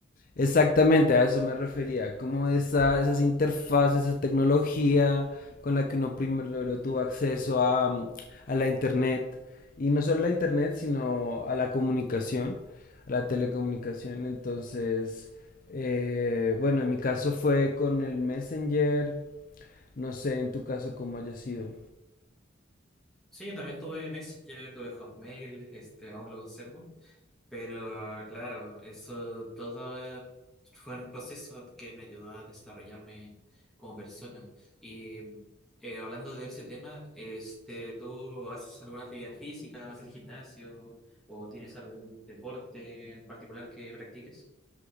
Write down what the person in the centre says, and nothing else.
Sí, yo también tuve Messenger, tuve Hotmail, este, aún lo conservo. Pero claro, eso todo eh, fue un proceso que me ayudó a desarrollarme como persona. Y eh, hablando de ese tema, este, ¿tú haces alguna actividad física, vas al gimnasio o tienes algún deporte en particular que practiques?